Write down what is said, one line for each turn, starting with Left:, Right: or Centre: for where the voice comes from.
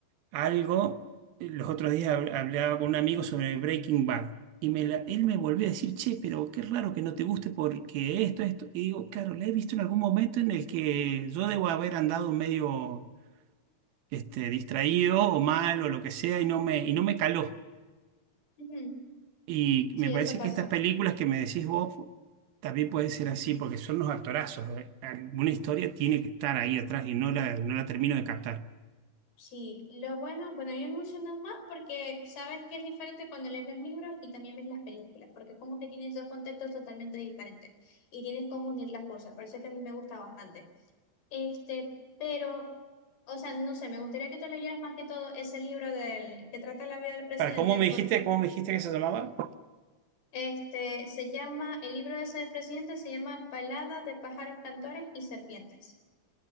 Right: algo, los otros días hab- hablaba con un amigo sobre Breaking Bad y me la- él me volvió
Left: Ujú.
Right: a decir, che, pero qué raro que no te guste porque esto, esto. Y digo, claro, la he visto en algún momento en el que yo debo haber andado medio este, distraído o mal o lo que sea y no me, y no me caló.
Left: Ujú,
Right: Y
Left: Sí,
Right: me parece
Left: eso pasa.
Right: que estas películas que me decís vos también pueden ser así porque son unos actorazos. ¿eh? Alguna historia tiene que estar ahí atrás y no la, no la termino de captar.
Left: Sí, lo bueno, bueno, a mí me emocionan más porque sabes que es diferente cuando lees los libros y también ves las películas, porque como que tienes dos contextos totalmente diferentes y tienes cómo unir las cosas, por eso es que a mí me gusta bastante. Este, pero, o sea, no sé, me gustaría que te leyeras más que todo ese libro del que trata la vida del presidente,
Right: Para, ¿cómo me
Left: porque
Right: dijiste, cómo me dijiste que se llamaba?
Left: este se llama, el libro ese del presidente se llama Balada de pájaros cantores y serpientes.